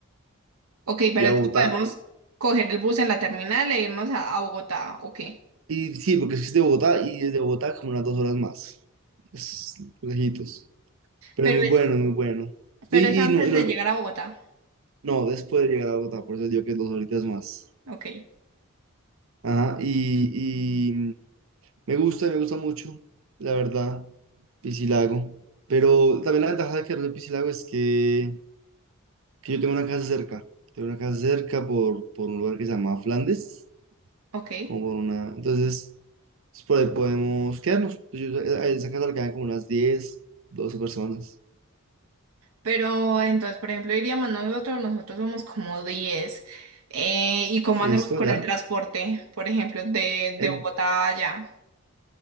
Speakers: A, on the right; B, on the right.
A: Ok, pero
B: y a
A: entonces
B: Bogotá.
A: podemos
B: Y,
A: coger el bus en la terminal e irnos a, a Bogotá, ok.
B: y sí, porque es que es de Bogotá y desde Bogotá como unas dos horas más. Es lejitos. Pero
A: Pero
B: es muy bueno,
A: es,
B: es muy bueno. Y,
A: pero es antes
B: y no, y no,
A: de llegar a Bogotá.
B: no, después de llegar a Bogotá, por eso digo que dos horitas más.
A: Ok,
B: Ajá, y, Me gusta, me gusta mucho, la verdad, Piscilago. Pero también la ventaja de quedarme en Piscilago es que, que yo tengo una casa cerca. Tengo una casa cerca por, por un lugar que se llama Flandes,
A: ok.
B: como por una... Entonces, pues, por ahí podemos quedarnos. Pues yo, a esa casa le caen como unas diez 12 personas.
A: Pero entonces, por ejemplo, iríamos nosotros, nosotros somos como diez Eh, ¿y cómo
B: Listo,
A: hacemos con
B: ya.
A: el transporte, por ejemplo, de,
B: En-
A: de Bogotá a allá?